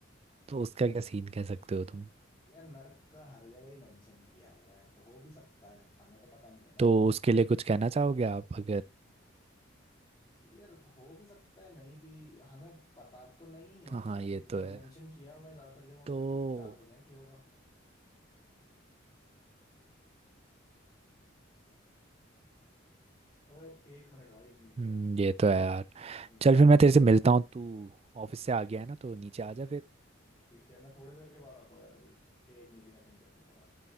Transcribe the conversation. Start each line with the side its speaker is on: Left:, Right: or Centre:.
Right: तो उसका क्या सीन कह सकते हो तुम
Left: यार नर्क का हर जगह ही मेंशन किया हुआ है तो हो भी सकता है हमें तो पता नहीं है ना
Right: तो
Left: अभी
Right: उसके लिए कुछ कहना चाहोगे आप अगर
Left: यार हो भी सकता है नहीं भी हमें पता तो नहीं है एग्जैक्टली
Right: हाँ ये
Left: exactly,
Right: तो
Left: पर
Right: है
Left: मेंशन किया हुआ है ज्यादातर जगहों
Right: तो
Left: पे तो चांसेस हैं कि होगा ओ एक मिनट भाई मीटिंग
Right: हम्म, ये तो है यार
Left: मीटिंग
Right: चल फिर
Left: आ रही
Right: मैं
Left: है
Right: तेरे
Left: मेरी
Right: से मिलता
Left: हाँ
Right: हूँ तू ऑफिस से आ गया है ना तो नीचे आ जा फिर
Left: ठीक है मैं थोड़ी देर के बाद आता हूँ यार अभी एक मीटिंग अटेंड करनी है फिर